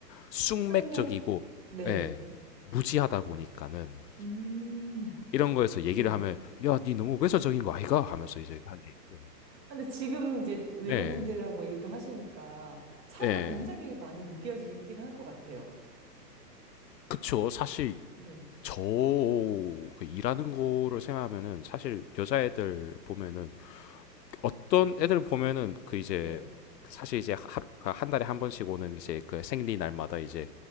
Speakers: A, on the left; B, on the right.
A: 쑥맥적이고
B: 스낵. 네.
A: 예, 무지하다 보니까는
B: 음,
A: 이런 거에서 얘기를
B: 네.
A: 하면 야, 니 너무 외설적인 거 아이가? 하면서 이제 한 게 있고.
B: 근데 지금 이제 외국인들하고
A: 예.
B: 일도 하시니까 차이가
A: 예.
B: 굉장히 많이 느껴지긴 할 것 같아요.
A: 그쵸. 사실
B: 네.
A: 저그 일하는 거를 생각하면은 사실 여자애들 보면은 어떤 애들 보면은 그 이제
B: 네,
A: 사실 이제 하루 한 달에 한 번씩 오는 이제 그 생리 날마다 이제